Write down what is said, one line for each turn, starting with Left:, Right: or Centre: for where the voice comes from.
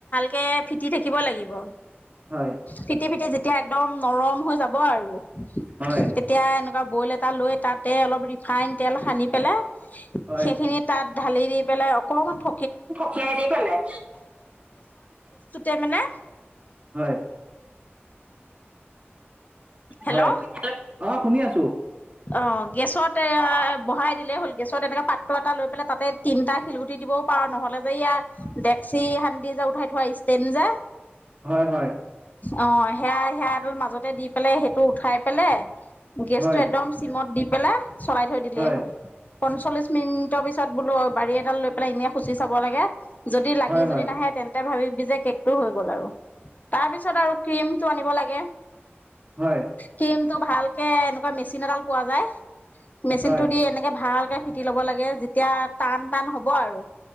Left: কে তি থাকিব লাগিব।
Right: হয়,
Left: ফিতে ফিতে যে। এতিয়া একদম নৰম হৈ যাব আৰু।
Right: হয়,
Left: তেতিয়া এনেকা। বইল এটা লৈ তাতে অলপ ৰিফাইন তেল সানি পেলাই
Right: হয়।
Left: সেইখিনি তাত ঢালি দি পেলাই অকণমান ফ
Right: পকিয়াই দি পেলাই
Left: কে মানে
Right: হয়
Left: হেল্ল'
Right: হয় অ শুনি আছো
Left: অ গেছত এ বহাই দিলেই হ'ল গেছত এনেকে পাত্ৰ এটা লৈ পেলাই তাতে তিনটা শিলগুটি দিবও পাৰো নহ'লে যে ইয়াৰ ডেক্সি সান্তি যে উঠাই থোৱা ষ্টেণ্ড যে।
Right: হয়, হয়,
Left: অঁ। সেয়াই সেয়া এডাল মাজতে দি পাই সেইটো উঠাই পেলাই গেছ
Right: হয়,
Left: টো একদম মদ দি পেলাই চলাই থৈ দিলেই
Right: হয়,
Left: হ'ল পঞ্চল্লিশ মিনিটৰ পিছত বোলো বাৰী এডাল লৈ পেলাই এনে খুচি চাব লাগে। যদি লাগি
Right: হয়,
Left: যদি
Right: হয়,
Left: নাহে তেন্ত ভাবিবি যে কেক টো হৈ গ'ল আৰু তাৰ পিছত আৰু ক্ৰীমত আনিব লাগে।
Right: হয়,
Left: কিম ভালকে এনেকুৱা মেচিন এডাল। পোৱা যায়। মেচিন
Right: হয়,
Left: টো দি এনেকে ভাল। ফিটি লব লাগে যেতিয়া টান টান হ'ব আৰু